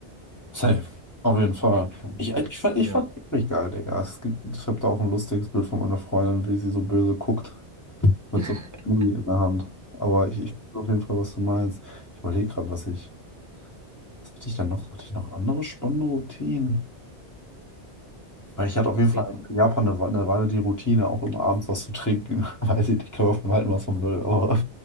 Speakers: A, on the left; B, on the right.
A: Safe. Auf jeden Fall. Ich, ich fand,
B: Ja.
A: ich fand es wirklich geil, Digga. Es gibt, ich habe da auch ein lustiges Bild von meiner Freundin, wie sie so böse guckt.
B: <laughs>
A: Mit so einem Gummi in der Hand. Aber ich, ich weiß auf jeden Fall, was du meinst. Ich überlege gerade, was ich. Was hatte ich denn noch? Hatte ich noch andere spannende Routinen? Weil ich hatte auf jeden
B: Das
A: Fall
B: Ding.
A: in Japan eine, We- eine Weile die Routine, auch immer abends was zu trinken. <laughs> Weiß ich nicht, kann man von halten, was man will, aber